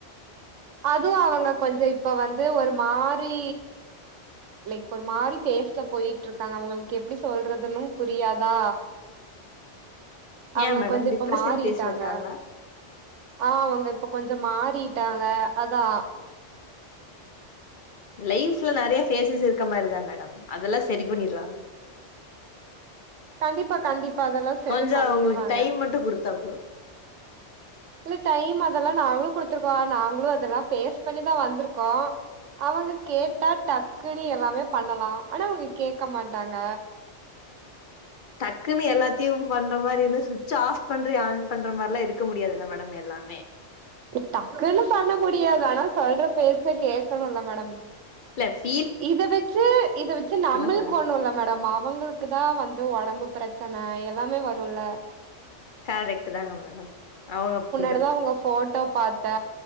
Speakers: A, on the right; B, on the left.
A: அதுவு அவங்க கொஞ்சொ இப்ப வந்து ஒரு மா ரி லைக் ஒரு மாரி ஃபேஸ்ல போயிட்ருக்காங்க அவங்களுக்கு எப்டி சொ சொல்றதுனு புரியாதா அவ்ங்க
B: ஏ மேடம்
A: கொஞ்ச இப்ப
B: டிப்ரஷன்
A: மாறிட்டாங்க
B: ஃபேஸ்ல இருக்காங்களா
A: ஆ அவ்ங்க இப்ப கொஞ்ச மாறிட்டாங்க அதா
B: லைஃப்ல நெறைய ஃபேசஸ் இருக்க மாரிதா மேடம் அதெல்லா செரி பண்ணிருவாங்க
A: கண்டிப்பா கண்டிப்பா அதெல்லா செரி
B: கொஞ்சோ
A: பண்ணிருவாங்க
B: அவங்களுக்கு டைம் மட்டு குடுத்தா போது
A: இல்ல டைம் அதெல்லா நாங்களு குடுத்துருக்கோ நாங்களு அதெல்லா ஃபேஸ் பண்ணிதா வந்திருக்கோ அவுங்க கேட்டா டக்குன்னு எல்லாமே பண்ணலா ஆனா அவங்க கேக்க மாட்டாங்க
B: டக்குன்னு எல்லாத்தையும் பண்ண மாரி இருந்தா சுவிட்ச்ச ஆஃப் பண்று ஆன் பண்ற மார்லா இருக்க முடியாதுல்ல மேடம் எல்லாமே
A: டக்குன்னு பண்ண முடியாது ஆனா சொல்ற பேச்ச கேக்கணுல மேடம்
B: பிளஸ்
A: இத வச்சு இத வச்சு நம்ளுக்கு
B: கூடாது
A: ஒன்னு இல்ல மேடம் அவங்களுக்கு தா வந்து ஒடம்புப் பிரச்சன எல்லாமே வருல
B: கரெக்ட்டுதாங்க மேடம் அவ்ங்க இந்த
A: இப்பதா ஒங்க ஃபோட்டோ பாத்தே